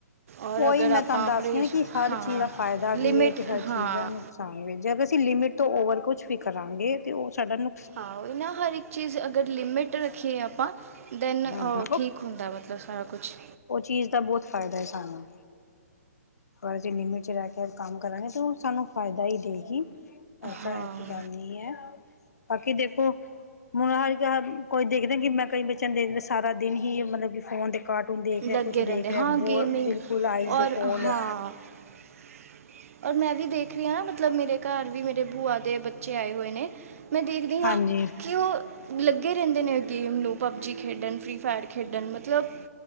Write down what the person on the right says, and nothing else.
ਔਰ
ਅਗਰ
ਆਪਾਂ
ਪਰਹੇਜ਼
ਹਾਂ
ਲਿਮਿਟ
ਹਾਂ
ਹਾਂ ਉਈ ਨਾ ਹਰ ਇੱਕ ਚੀਜ਼ ਅਗਰ ਲਿਮਿਟ ਰੱਖੀਏ ਆਪਾਂ ਦੈਨ ਅ
ਠੀਕ ਹੁੰਦਾ ਮਤਲਬ ਸਾਰਾ ਕੁੱਛ
ਹਾਂ
ਲੱਗੇ
ਰਹਿੰਦੇ
ਹਾਂ
ਗੇਮਿੰਗ
ਔਰ
ਹਾਂ <inaudible> ਔਰ ਮੈਂ ਵੀ ਦੇਖ ਰੀਆ ਆ ਨਾ ਮਤਲਬ ਮੇਰੇ ਘਰ ਵੀ ਮੇਰੇ ਭੂਆ ਦੇ ਬੱਚੇ ਆਏ ਹੋਏ ਨੇ ਮੈਂ ਦੇਖਦੀ
ਆ ਕੀ ਓ ਲੱਗੇ ਰੈਂਦੇ ਨੇ ਗੇਮ ਨੂੰ ਪਬਜੀ ਖੇਡਣ, ਫ੍ਰੀ ਫਾਇਰ ਖੇਡਣ ਮਤਲਬ